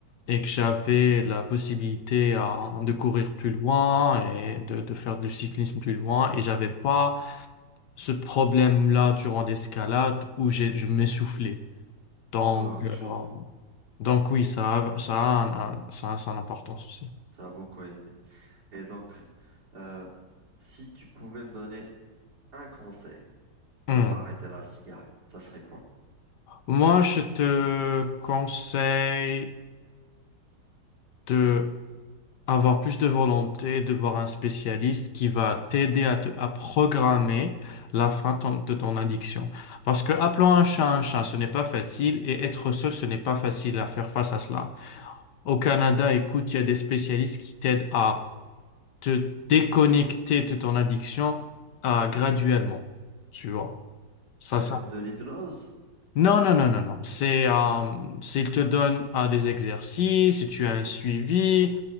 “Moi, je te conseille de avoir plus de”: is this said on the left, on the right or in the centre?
Left